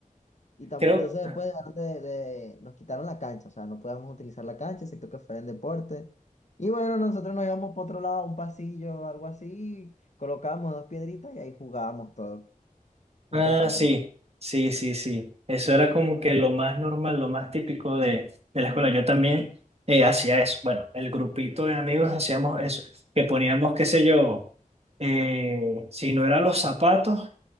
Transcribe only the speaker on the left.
Y tam-
entonces después
dejaron de, de- nos quitaron la cancha, o sea, no podíamos utilizar la cancha, excepto que fuera en deporte. Y bueno, nosotros nos íbamos por otro lado, a un pasillo o algo así, colocábamos dos piedritas y ahí jugábamos todo, un
tres para
tres